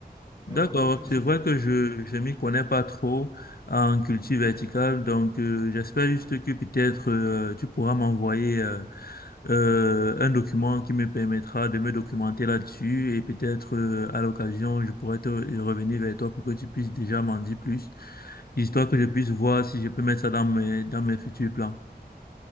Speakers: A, on the left (about 65°); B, on the right (about 20°).
A: D'accord,
B: Mais bon, je trouve
A: c'est
B: ça.
A: vrai que je
B: nice.
A: je m'y connais pas trop en culture verticale, donc euh, j'espère juste que peut-être euh, tu pourras m'envoyer euh, euh, un document qui me permettra de me documenter là-dessus et peut-être euh, à l'occasion je pourrais te revenir vers toi pour que tu puisses déjà m'en dire plus, histoire que je puisse voir si je peux mettre ça dans mes dans mes futurs plans.